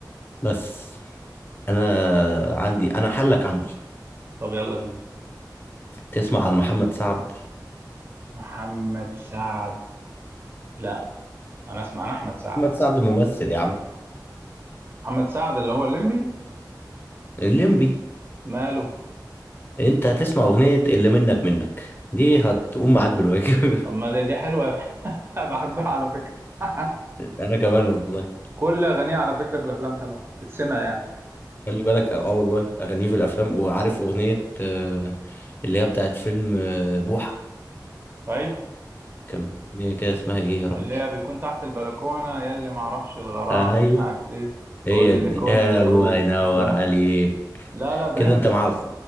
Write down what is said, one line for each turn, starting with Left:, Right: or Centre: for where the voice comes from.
Left: بس أنا عندي أنا حلك عندي
Right: طب يلا بينا
Left: تسمع عن محمد سعد
Right: محمد سعد لا انا اسمع عن احمد سعد
Left: محمد سعد ممثل يا عم
Right: محمد سعد اللي هو الليمبي
Left: الليمبي
Right: ماله
Left: أنت هتسمع أغنية اللي منك منك دي هتقوم معاك بالواجب
Right: طب ما دي, دي حلوه <laughs> بحبها على فكره <laughs>
Left: <laughs> أنا كمان والله
Right: كل اغانيه على فكره في الافلام حلوه تتسمع يعني
Left: خلي بالك اه آه والله اغانيه في الافلام وعارف اغنيه آه، اللي هي بتاعت فيلم آه، بوحه
Right: ايوه
Left: كان في اغنيه كده اسمها ايه يا ربي
Right: اللي هي بيكون تحت البلكونة يا اللي معرفش الغرام
Left: ايوه
Right: مش عارف ايه
Left: هي
Right: قول
Left: دي
Right: لكلكم
Left: آه الله ينور
Right: وانت
Left: عليك
Right: لا لا برنس
Left: كده انت مع الخ